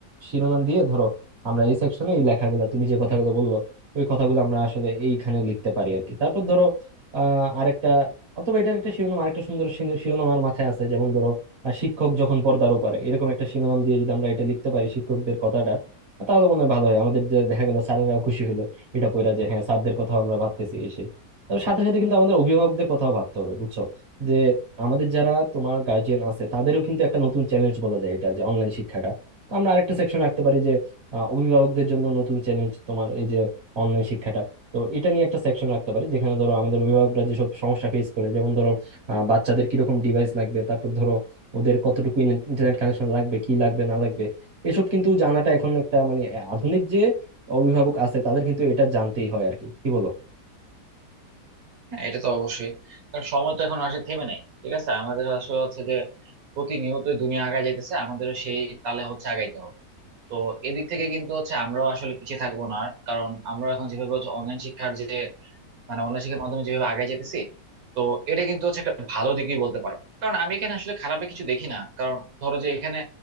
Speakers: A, on the right (about 45°); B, on the right (about 60°).
A: শিরোনাম দিয়ে ধরো আমরা এই সেকশনে এই লেখাগুলো তুমি যে কথাগুলো বললো ওই কথাগুলো আমরা আসলে এইখানে লিখতে পারি আর কি তারপর ধরো আহ আরেকটা অথবা এটার একটা শিরোনাম আরেকটা সুন্দর শিরো- শিরোনাম আমার মাথায় আছে যেমন ধরো আহ, শিক্ষক যখন পর্দার ওপারে এরকম একটা শিরোনাম দিয়ে যদি আমরা এটা লিখতে পারি শিক্ষকদের কথাটা তাহলে মনে হয় ভালো হয় আমাদের যে দেখা গেল স্যারেরাও খুশি হলো এটা পড়া যে হ্যাঁ স্যারদের কথা আমরা ভাবতেছি তো সাথে সাথে কিন্তু আমাদের অভিভাবকদের কথাও ভাবতে হবে বুঝছো যে আমাদের যারা তোমার গার্জিয়ান আছে তাদেরও কিন্তু একটা নতুন চ্যালেঞ্জ বলা যায় এটা যে অনলাইন শিক্ষাটা তো আমরা আরেকটা সেকশন রাখতে পারি যে আহ, অভিভাবকদের জন্য নতুন চ্যালেঞ্জ তোমার এই যে অনলাইন শিক্ষাটা তো এটা নিয়ে একটা সেকশন রাখতে পারি যেখানে ধরো আমাদের অভিভাবকরা যেসব সমস্যা ফেস করে যেমন ধরো আহ, বাচ্চাদের কিরকম ডিভাইস লাগবে তারপর ধরো ওদের কতটুকু ইন্টারনেট কানেকশন লাগবে কি লাগবে না লাগবে এসব কিন্তু জানাটা এখন একটা মানে আধুনিক যে অভিভাবক আছে তাদের কিন্তু এটা জানতেই হয় আর কি কি বলো
B: হ্যাঁ এটা তো অবশ্যই কারণ সময় তো এখন আসলে থেমে নাই ঠিক আছে আমাদের আসলে হচ্ছে যে প্রতিনিয়তই দুনিয়া আগায় যাইতেছে আমাদেরও সেই তালে হচ্ছে আগাইতে হবে তো এদিক থেকে কিন্তু হচ্ছে আমরাও আসলে পিছিয়ে থাকবো না আর। কারণ আমরা এখন যেভাবে হচ্ছে অনলাইন শিক্ষার যে মানে অনলাইন শিক্ষার মাধ্যমে যেভাবে আগে যেতেছি তো এটা কিন্তু হচ্ছে একটা ভালো দিকই বলতে পারো কারণ আমি এখানে আসলে খারাপে কিছু দেখি না কারণ ধরো যে এখানে